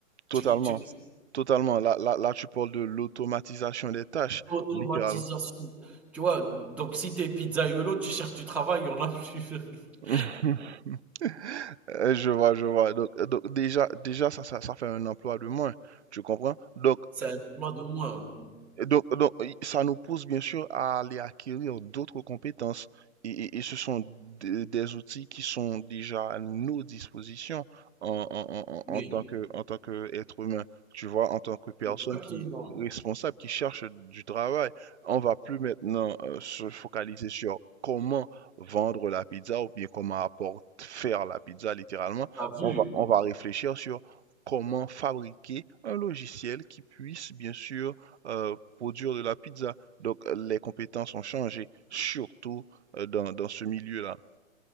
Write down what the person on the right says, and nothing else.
totalement.
Totalement. Là, là, là, tu parles de l'automatisation des tâches,
littéralement.
<laughs> Euh, Je vois, je vois. Donc, euh, donc déjà, déjà ça, ça, ça fait un emploi de moins. Tu comprends? Donc,
Et Donc, donc, ça nous pousse bien sûr à aller acquérir d'autres compétences. Et, et- et ce sont des, des outils qui sont déjà à nos dispositions en, en- en-
en tant que, en tant qu'être humain, tu vois, en tant que personne
qui responsable, qui cherche du travail. On va plus maintenant euh, se focaliser sur comment vendre la pizza ou bien comment apporter, faire la pizza littéralement.
On va, on va réfléchir sur comment fabriquer un logiciel qui puisse bien sûr euh, produire de la pizza. Donc, euh, les compétences ont changé, surtout euh, dans, dans ce milieu-là.